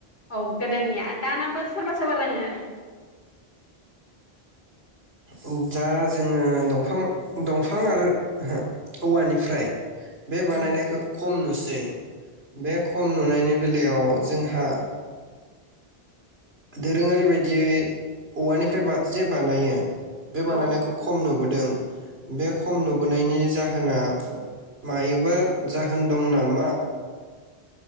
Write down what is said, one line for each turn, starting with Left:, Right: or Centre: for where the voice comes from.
Left: औ गोदोनिया दानाबो सोरबा सोरबा रोंङो।
Right: उम्म दा जोंङो दंफां दंफां आरो ओहो औवानिफ्राय बे बानायनायखौ
Left: उम
Right: खम नुस सै बे खम नुनायनि बेलायाव जोंहा दोरोंङारि बायदियै औवानि फ्राय जे बानायो बे बानायनायखौ
Left: औ
Right: खम नुब नुबोदों बे खम नुबोनायनि जाहोना मायोबा जाहोन दं नामा